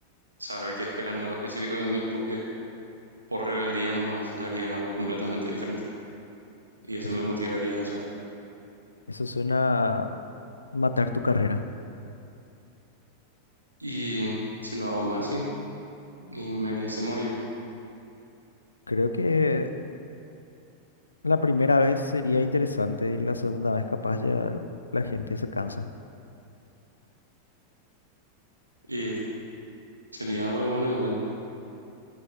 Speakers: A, on the right (about 80°); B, on the left (about 80°).
A: saber que esperan algo específico de mí porque por rebeldía nomás haría algo completamente diferente. Y eso
B: es-
A: me motivaría a hacerlo.
B: eso suena a matar tu carrera.
A: Y si lo hago mal, sí. Y merece morir.
B: Creo que la primera vez sería interesante y la segunda vez capaz ya la gente se cansa.
A: Y sería algo bueno igual.